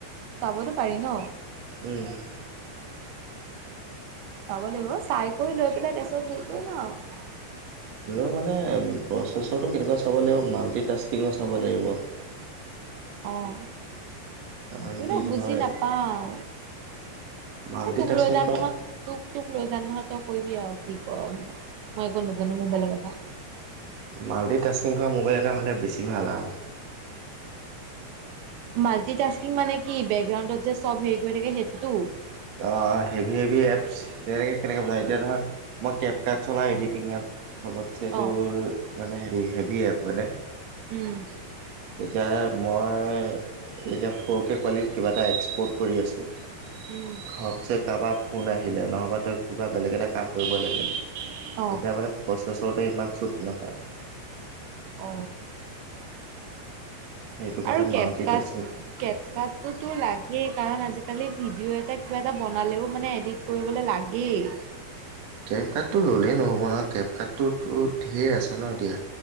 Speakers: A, on the right; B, on the right.
A: চাবতো পাৰি ন'।
B: উম।
A: চাব লাগিব চাই কৰি লৈ পেলাই তাৰপিছত হেৰি কৰি লওঁ আৰু।
B: লেও মানে প্ৰচেছৰটো কেনেকুৱা চাব লাগিব মাল্টিটাস্কিঙৰ চাব লাগিব।
A: অ'।
B: কাৰণ
A: এই
B: কি
A: <unintelligible>
B: ধৰ
A: বুজি নাপাও
B: মাল্টি
A: এই তোক
B: টাস্কিং
A: লৈ যাম
B: কৰা
A: নহই তোক তোক লৈ যান নহয় তই কৰিবি আৰু কি কৰ', মই একো নাজানো মোবাইলৰ কথা।
B: মালটিং তাষ্টিং কৰা মোবাইল এটা হ'লে বেছি ভাল আৰু।
A: মাল্টি তাস্কিং মানে কি বেকগ্ৰাউণ্ডত যে চব হেৰি কৰি থাকে সেইটো?
B: অ, হেভি-হেভি এপছ তেনেকে কেনেকে বুযায় এতিয়া ধৰ মই কেপ কাপ চলাই এডিটি এপছ মানে চতবছে
A: অ'
B: হে হেভী এপ হয়নে?
A: উম,
B: তেতিয়া মই এতিয়া সৰুকে কোৱালিটিত কিবা এটা এক্সপৰ্ট কৰি আছোঁ।
A: উম,
B: ঘবচে কাৰোবাৰ ফোন আহিলে, নহ'বা তই কিবা বেলেগ এটা কাম কৰিব লাগে এতিয়া
A: অ'
B: মানে প্ৰচেছৰতে ইমান চুট নাপায়।
A: অ,
B: সেইটো কাৰণে
A: আৰু কেট
B: মাল্টি
A: তাত,
B: টাস্কিং
A: কেপচাততো লাগে কাৰণ আজিকালি ভিডিঅ' এটা কিবা এটা বনালেও মানে এডিট কৰিবলে লাগেই।
B: কেব কাৰডটো ল'লেই নহ'ব নহয়, কেব কাৰটোতো ধেই আছে ন এতিয়া।